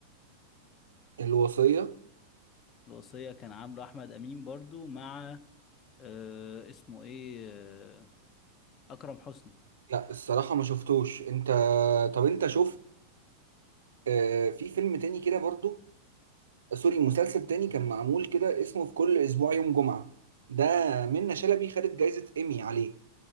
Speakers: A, on the right; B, on the left.
A: الوصية
B: الوصية كان عامله احمد امين برضو مع آه اسمه ايه آه اكرم حسني
A: لا الصراحة ما شفتوش انت طب انت شفت آه في فيلم تاني كده برضو سوري مسلسل تاني كان معمول كده اسمه في كل اسبوع يوم جمعة ده منة شلبي خدت جايزة ايمي عليه